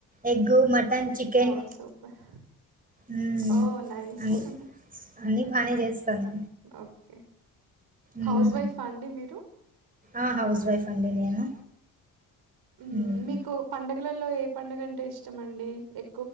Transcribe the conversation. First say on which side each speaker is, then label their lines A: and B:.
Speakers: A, on the right; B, on the right.
A: ఎగ్ మటన్ చికెన్
B: ఓ సూపర్
A: మ్మ్
B: ఓ నైస్
A: అన్ని
B: హుమ్
A: అన్ని బానే చేస్తాను
B: ఓకే
A: మ్మ్
B: హౌస్ వైఫ్ ఆ అండి మీరు
A: ఆ హౌస్ హౌస్ వైఫ్ అండి నేను
B: ఉమ్
A: మ్మ్
B: మీకు పండగ్ గాలల్లో ఏ పండుగ అంటే ఇష్టమండి ఎ